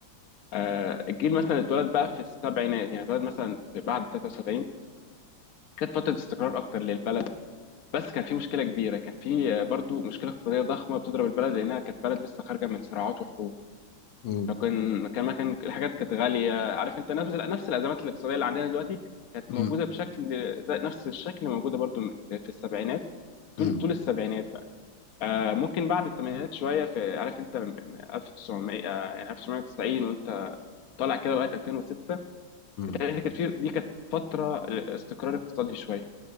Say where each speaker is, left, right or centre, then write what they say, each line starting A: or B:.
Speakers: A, on the left (about 60°); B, on the left (about 80°).
A: آه، الجيل مثلا اللي اتولد بقى في السبعينات يعني اتولد مثلا في بعد 73 كانت فترة استقرار أكتر للبلد بس كان في مشكلة كبيرة كان في آه، برضو مشكلة اقتصادية ضخمة بتضرب البلد لأنها كانت بلد لسه خارجة من صراعات وحروب
B: مم.
A: فكان كان كان الحاجات كانت غاليه عارف انت نفس نفس الازمات الاقتصاديه اللي عندنا دلوقتي كانت
B: مم.
A: موجوده بشكل ده نفس الشكل موجوده برضو في, في السبعينات طول
B: مم.
A: طول السبعينات بقى آه ممكن بعد الثمانينات شويه في عارف انت من- من 1900 آه يعني 1990 وانت طالع كده لغايه 2006
B: مم.
A: بتهيألي كانت في دي كانت فتره استقرار اقتصادي شويه